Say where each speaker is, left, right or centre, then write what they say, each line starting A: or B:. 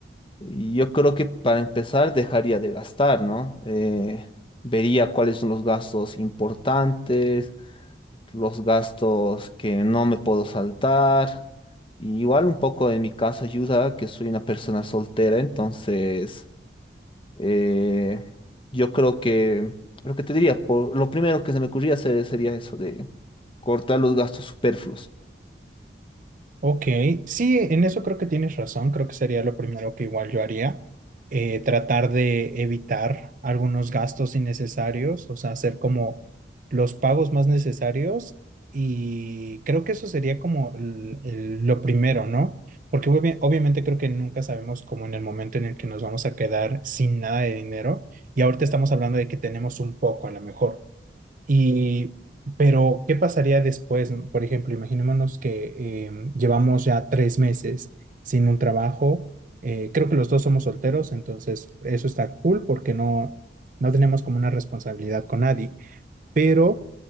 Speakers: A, on the left; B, on the right.
A: Yo creo que para empezar dejaría de gastar, ¿no? Eh, vería cuáles son los gastos importantes, los gastos que no me puedo saltar. Y igual un poco en mi caso ayuda que soy una persona soltera, entonces eh, yo creo que lo que te diría, por, lo primero que se me ocurría hacer sería eso de cortar los gastos superfluos.
B: Ok, sí, en eso creo que tienes razón, creo que sería lo primero que igual yo haría, eh, tratar de evitar algunos gastos innecesarios, o sea, hacer como los pagos más necesarios y creo que eso sería como el- el- lo primero, ¿no? Porque obvi- obviamente creo que nunca sabemos como en el momento en el que nos vamos a quedar sin nada de dinero y ahorita estamos hablando de que tenemos un poco a lo mejor. Y, pero, ¿qué pasaría después? Por ejemplo, imaginémonos que eh, llevamos ya tres meses sin un trabajo. Eh, creo que los dos somos solteros, entonces eso está cool porque no, no tenemos como una responsabilidad con nadie. Pero,